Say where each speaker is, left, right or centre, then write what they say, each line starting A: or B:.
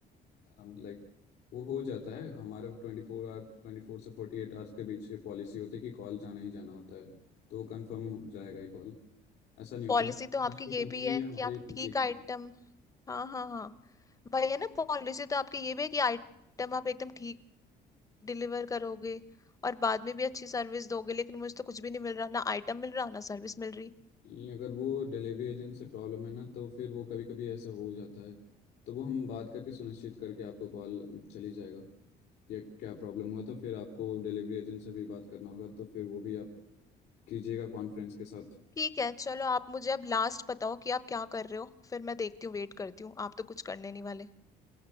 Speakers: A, on the left; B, on the left.
A: लाइक वो हो जाता है हमारा ट्वेंटी फोर आवर ट्वेंटी फोर से फोर्टी एट आवर्स के बीच ये पॉलिसी होती है कि कॉल जाना ही जाना होता है तो वो कन्फर्म हो जाएगा ये कॉल ऐसा नहीं होता
B: पॉलिसी तो आपकी
A: दस पे
B: ये
A: कंपनी
B: भी है
A: हमारी
B: कि आप
A: पूछी
B: ठीक आइटम हाँ हाँ हाँ भाई है ना पॉलिसी तो आपकी ये भी है कि आइटम आप एकदम ठीक डिलीवर करोगे और बाद में भी अच्छी सर्विस दोगे लेकिन मुझे तो कुछ भी नहीं मिल रहा ना आइटम मिल रहा ना सर्विस मिल रही
A: नहीं अगर वो डिलीवरी एजेंट से प्रॉब्लम है ना तो फिर वो कभी कभी ऐसे हो जाता है तो वो हम बात करके सुनिश्चित करके आपको कॉल चली जाएगा कि क्या प्रॉब्लम हुआ तो फिर आपको डिलीवरी एजेंट से भी बात करना होगा तो फिर वो भी आप कीजिएगा कॉन्फ्रेंस के साथ
B: ठीक है चलो आप मुझे अब लास्ट बताओ कि आप क्या कर रहे हो फिर मैं देखती हूँ वेट करती हूँ आप तो कुछ करने नहीं वाले